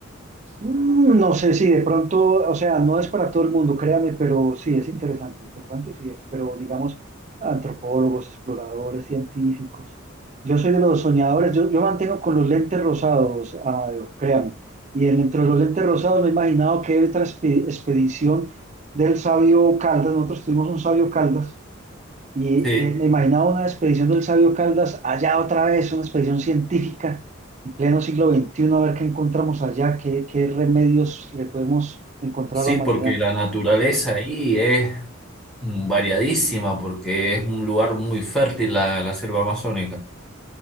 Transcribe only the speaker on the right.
Mm, No sé si de pronto, o sea, no es para todo el mundo, créame, pero sí es interesante, interesante sí es, pero digamos, antropólogos, exploradores, científicos. Yo soy de los soñadores, yo, yo mantengo con los lentes rosados, Amadeo, créame. Y dentro de los lentes rosados me he imaginado que otra expe- expedición del sabio Caldas, nosotros tuvimos un sabio Caldas y
eh, me imaginaba una expedición del sabio Caldas allá otra vez, una expedición científica en pleno siglo veintiuno a ver qué encontramos allá, qué, qué remedios le podemos encontrar
a la humanidad.